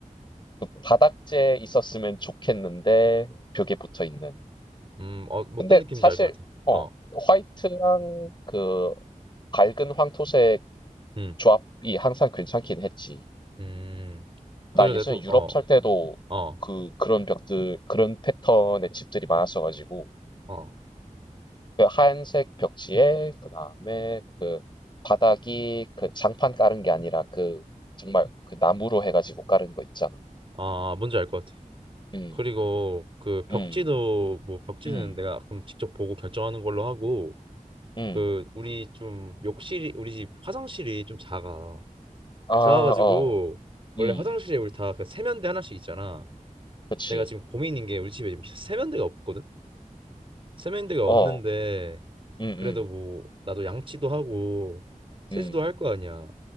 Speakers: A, on the left; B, on the right.
A: 그 바닥재 있었으면 좋겠는데 벽에 붙어 있는.
B: 음, 어, 뭐
A: 근데
B: 어떤 느낌인지
A: 사실
B: 알 것 같아.
A: 어
B: 어,
A: 화이트랑 그 밝은 황토색
B: 음,
A: 조합이 항상 괜찮긴 했지.
B: 음. 그리고
A: 나 예전에
B: 내가 또,
A: 유럽
B: 어,
A: 살 때도
B: 어,
A: 그 그런 벽들 그런 패턴의 집들이 많았어 가지고
B: 어,
A: 그 하얀색 벽지에 그다음에 그 바닥이 그 장판 깔은 게 아니라 그 정말 그 나무로 해 가지고 깔은 거 있잖아.
B: 아, 뭔지 알 것 같아.
A: 음.
B: 그리고 그 벽지도
A: 음.
B: 뭐 벽지는
A: 음.
B: 내가 그럼 직접 보고 결정하는 걸로 하고
A: 음.
B: 그 우리 좀 욕실이 우리 집 화장실이 좀 작아
A: 아
B: 작아가지고
A: 어.
B: 원래
A: 음.
B: 화장실에 우리 다 그 세면대 하나씩 있잖아
A: 그치.
B: 내가 지금 고민인 게 우리 집에 지금 세면대가 없거든 세면대가
A: 어.
B: 없는데
A: 음음.
B: 그래도 뭐 나도 양치도 하고 세수도
A: 음.
B: 할 거 아니야